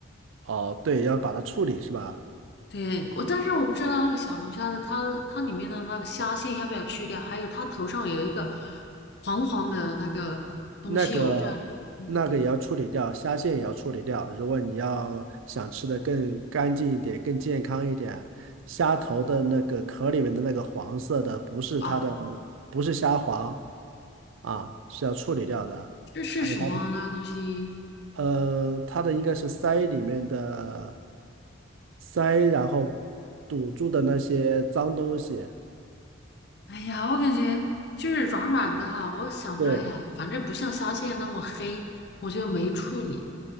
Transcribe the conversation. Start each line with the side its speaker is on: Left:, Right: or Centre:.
Right: 哦，对，要把它处理是吧？
Left: 对，我但是我不知道那个小龙虾的它它里面的那个虾线要不要去掉，还有它头上有一个黄黄的那个东西，
Right: 那个那个也要处理掉，
Left: 我不知道，嗯
Right: 虾线也要处理掉。如果你要想吃的更干净一点、更健康一点，虾头的那个壳里面的那个黄色的，不是它的，
Left: 啊，
Right: 不是虾黄啊，是要处理掉的。
Left: 这是什么啊那个东西？
Right: 还有它的呃，它的应该是鳃里面的鳃，然后堵住的那些脏东西。
Left: 哎呀，我感觉就是软软的哈，我想着，
Right: 对
Left: 哎呀，反正不像虾线那么黑，我就没处理，